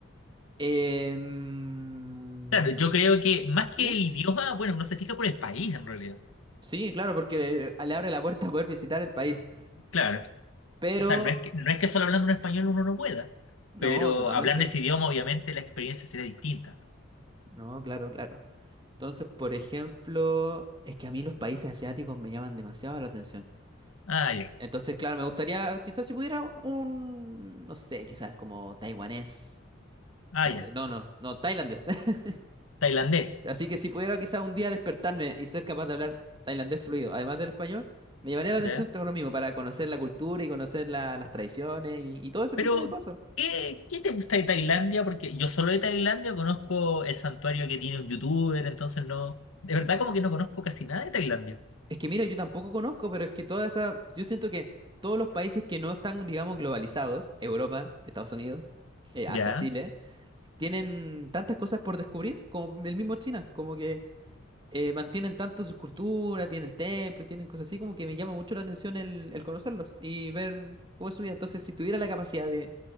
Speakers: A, on the right (about 20°); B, on the left (about 80°).
A: Eh, mm,
B: Claro, yo creo que más
A: dime.
B: que el idioma, bueno, uno se fija por el país en realidad.
A: Sí, claro, porque le abre la puerta a poder visitar el país,
B: Claro.
A: pero
B: O sea, no es que, no es que solo hablando un español uno no pueda,
A: no,
B: pero
A: totalmente.
B: hablando ese idioma, obviamente la experiencia será distinta.
A: No, claro, claro. Entonces, por ejemplo, es que a mí los países asiáticos me llaman demasiado la atención.
B: Ah, ya.
A: Entonces, claro, me gustaría, quizás si pudiera un, no sé, quizás como taiwanés.
B: Ah,
A: No,
B: ya.
A: no, no, no, tailandés. <laughs>
B: Tailandés.
A: Así que si pudiera quizás un día despertarme y ser capaz de hablar tailandés fluido, además del español, me llamaría la atención
B: ya
A: todo lo mismo, para conocer la cultura y conocer la- las tradiciones y, y todo ese
B: Pero,
A: tipo de cosas.
B: ¿qué, qué te gusta de Tailandia? Porque yo solo de Tailandia conozco el santuario que tiene un youtuber, entonces no. De verdad, como que no conozco casi nada de Tailandia.
A: Es que mira, yo tampoco conozco, pero es que toda esa, yo siento que todos los países que no están, digamos, globalizados, Europa, Estados Unidos, eh, hasta
B: Ya,
A: Chile, tienen tantas cosas por descubrir, como el mismo China, como que eh, mantienen tanto su cultura, tienen templos, tienen cosas así, como que me llama mucho la atención el, el conocerlos y ver cómo es su vida. Entonces, si tuviera la capacidad de